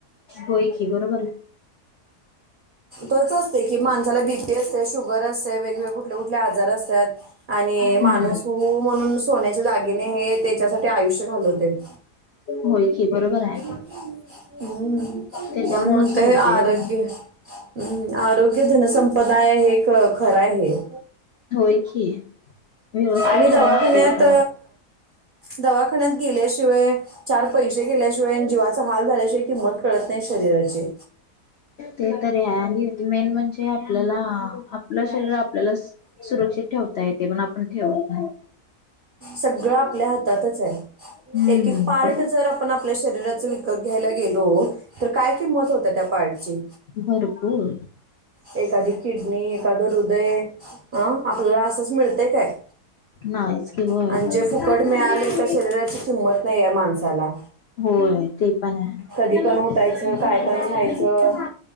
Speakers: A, on the left; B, on the right.
A: होय की, बरोबर.
B: तसच असते की, माणसाला बीपी असते शुगर असते वेगवेग कुठले -कुठले आजार असतात आणि
A: हम्म
B: माणूस त म्हणून सोन्याच्या दागिने हे त्याच्यासाठी आयुष्य घालवते.
A: होय की, बरोबर आहे.
B: हम्म म्हणून
A: त्याच्यामुळेच
B: म्हणताोय
A: होतय
B: आरोग्य
A: होय.
B: <inaudible> हम्, आरोग्य धनसंपदा हे खरं आहे हे.
A: होय की व्यवस्थित
B: आणि
A: ठेवणं
B: दवाखान्यात
A: आपल्याकडे
B: दवाखान्यात गेल्याशिवाय, चार पैसे गेल्याशिवाय, जीवाचा हाल झाल्याशिवाय, किंमत कळत नाही शरीराचे.
A: ते तरी आहे. आणि मेन म्हणजे आपल्याला, आपलं शरीर आपल्याला सुरक्षित ठेवता येते. पण आपण ठेवत नाही.
B: सगळं आपल्या हातातच आहे.
A: हम्म
B: एक, -एक पार्ट जर आपण आपल्या शरीराच त घ्यायला गेलो, तर काय किंमत होत त्या पार्टची?
A: भरपूर
B: एखादी किडनी, एखादं हृदय, अं आपल्याला असंच मिळत काय?
A: ना इसक व आहे
B: आणि जे फुकट मिळाले त्या शरीराची किंमत नाही आहे माणसाला
A: <inaudible> होय, ते पण आहे.
B: कधी
A: होय
B: पण उठायचं
A: <inaudible> ते
B: काय पण खायचं
A: पण